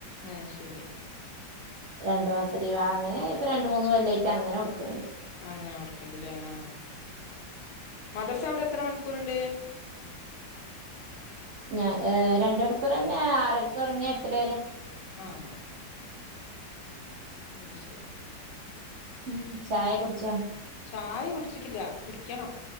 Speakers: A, on the left; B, on the right.
A: ആഹ് ശരി
B: രണ്ടു മാസത്തെ അങ്ങനെ ഇപ്പൊ രണ്ട് മൂന്ന് കൊല്ലായ്ട്ട് അങ്ങനെ കൊടുക്കണണ്ട്
A: അങ്ങനെ കൊട്ക്കണ്ടില്ലേ ആഹ് മദർസ അവടെ എത്ര മണിക്കൂറ്ണ്ട്
B: ഞാ ഏഹ് രണ്ടണിക്കൂറന്നെ ആറരക്ക് തൊടങ്ങിയ എട്ടര വരെ
A: ആഹ് ആഹ് ശരി
B: ഉം ചായ കുടിച്ചോ
A: ചായ കുടിച്ചിക്കില്ല കുടിക്കണം